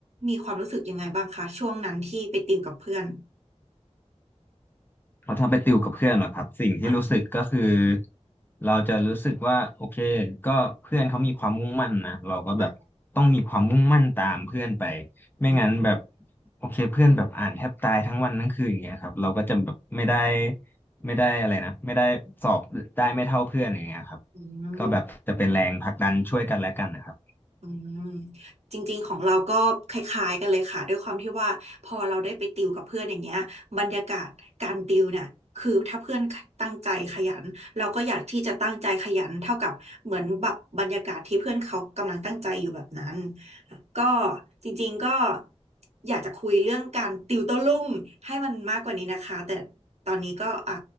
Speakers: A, on the right; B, on the left.
A: มีความรู้สึกยังไงบ้างคะช่วงนั้นที่ไปติวกับเพื่อน
B: เพราะถ้าไปติวกับเพื่อนเหรอครับสิ่งที่รู้สึกก็คือ
A: ค่ะ
B: เราจะรู้สึกว่าโอเคก็เพื่อนเขามีความมุ่งมั่นนะเราก็แบบต้องมีความมุ่งมั่นตามเพื่อนไป
A: ค่ะ
B: ไม่งั้นแบบ
A: อืม
B: โอเคเพื่อนแบบอ่านแทบตายทั้งวันทั้งคืนอย่างเงี้ยครับเราก็จะแบบไม่ได้ไม่ได้อะไรนะไม่ได้สอบได้ไม่เท่าเพื่อนอย่างเงี้ยครับ
A: อืม
B: ก็แบบจะเป็นแรงผลักดันช่วยกันและกันนะครับ
A: อืมจริงๆของเราก็คล้ายๆกันเลยค่ะด้วยความที่ว่าพอเราได้ไปติวกับเพื่อนอย่างเงี้ยบรรยากาศการติวเนี่ยคือถ้าเพื่อนตั้งใจขยันเราก็อยากที่จะตั้งใจขยันเท่ากับเหมือนแบบบรรยากาศที่เพื่อนเขากำลังตั้งใจอยู่แบบนั้นก็จริงๆก็อยากจะคุยเรื่องการติวโต้รุ่งให้มันมากกว่านี้นะคะแต่ตอนนี้ก็อ่ะ